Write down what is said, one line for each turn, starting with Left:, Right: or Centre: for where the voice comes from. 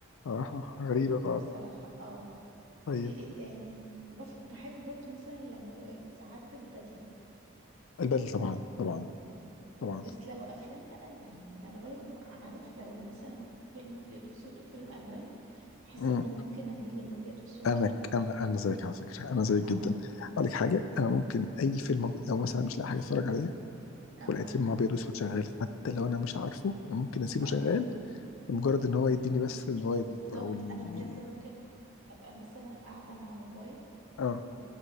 Left: آه غريبة بعض
Right: بصراحة اه
Left: طيب
Right: في ايه تاني بف... بحب برضو مثلا لما ساعات البدلة
Left: البدل طبعا طبعا
Right: اه
Left: طبعا
Right: بس لو افلام بقى يعني انا برضو عارف لو مثلا فيلم ابيض واسود وفيلم الوان بحس
Left: امم
Right: ان انا ممكن اميل للابيض واسود
Left: انا
Right: اكتر
Left: انا انا زيك على فكرة انا زيك
Right: اه
Left: جدا اقول لك حاجة انا ممكن اي فيلم أبيض- لو مثلا مش لاقي حاجة اتفرج عليها
Right: اه
Left: ولقيت فيلم ابيض واسود شغال حتى لو انا مش عارفه انا ممكن اسيبه
Right: اه
Left: شغال لمجرد ان هو يديني بس الفايب
Right: بالظبط
Left: او ال
Right: انا بجد ممكن ابقى مثلا قاعده مع بابايا
Left: اه
Right: و...